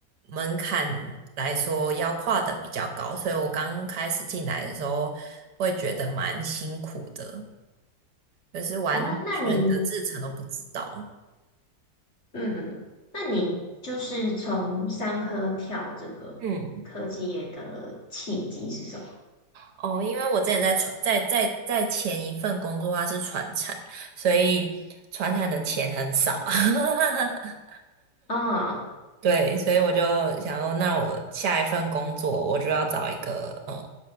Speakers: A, on the right; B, on the left.
A: 门槛来说要跨的比较高，所以我刚开始进来的时候会觉得蛮辛苦的，就是完全的制成都不知道。
B: 哦，那你，嗯，那你就是从商科跳这个科技业的契机是什么？
A: 嗯。哦，因为我之前在传在在在前一份工作它是船产，所以船产的钱很少，<laughs>
B: 啊，
A: 对，所以我就想说，那我下一份工作我就要找一个呃